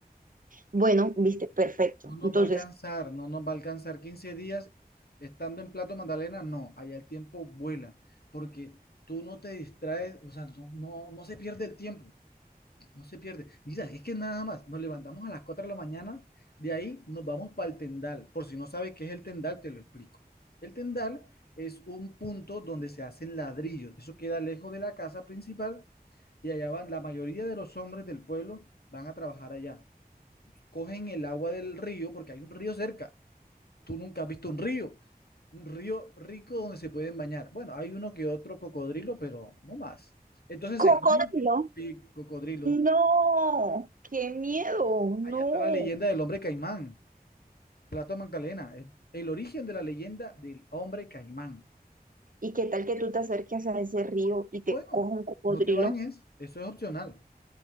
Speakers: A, on the right; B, on the left.
A: Bueno, viste, perfecto.
B: No nos
A: Entonces,
B: va a alcanzar, no nos va a alcanzar 15 días estando en Plato Magdalena. No, allá el tiempo vuela, porque tú no te distraes, o sea, no, no no se pierde el tiempo. No se pierde. Mira, es que nada más, nos levantamos a las 4 de la mañana, de ahí nos vamos para el tendal. Por si no sabes qué es el tendal, te lo explico. El tendal es un punto donde se hacen ladrillos. Eso queda lejos de la casa principal y allá van, la mayoría de los hombres del pueblo van a trabajar allá. Cogen el agua del río, porque hay un río cerca. Tú nunca has visto un río. Un río rico donde se pueden bañar. Bueno, hay uno que otro cocodrilo, pero no más. Entonces
A: Cocodrilo.
B: se cogen sí, cocodrilos
A: No, qué miedo, no.
B: Allá está la leyenda del hombre caimán, Plato Magdalena, es el origen de la leyenda del hombre caimán.
A: ¿Y qué tal que tú te acerques a ese río y te
B: Bueno,
A: coja un cocodrilo?
B: no te bañes, eso es opcional,